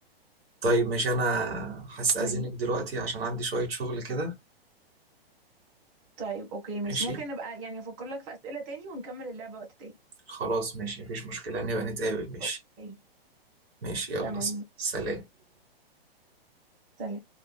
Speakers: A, on the right; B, on the right.
A: طيب ماشي انا هستأذنك
B: طيب
A: دلوقتي عشان عندي شوية شغل كده
B: طيب اوكي ماشي
A: ماشي
B: ممكن نبقى يعني افكر لك في اسئله تاني ونكمل اللعبه وقت تاني
A: خلاص ماشي مفيش مشكلة نبقى نتقابل ماشي
B: اوكي
A: ماشي يلا
B: تمام
A: س- سلام
B: سلام